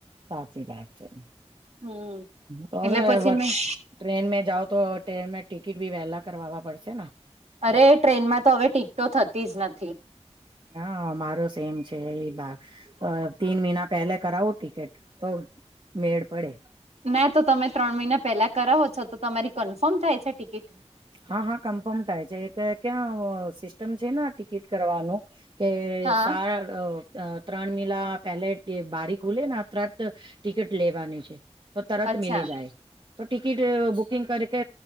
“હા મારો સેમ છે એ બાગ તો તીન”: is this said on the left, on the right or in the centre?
Right